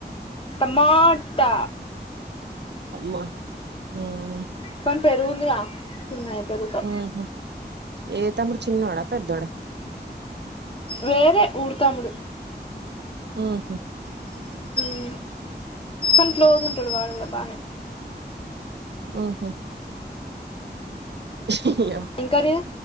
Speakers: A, on the left; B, on the right.
A: టమాట
B: వామ్మ మ్మ్
A: కని పెరుగుందిగా తిన్నాది ఇగ పెరుగుతొ
B: మ్మ్ హు ఏ తమ్ముడు చిన్నోడా పెద్దొడా
A: వేరే ఊరి తమ్ముడు
B: మ్మ్ హు
A: మ్ కని క్లోజ్ ఉంటడు వాడు గూడ బానే
B: ఉహ్ అయ్యో
A: ఏం కర్రీ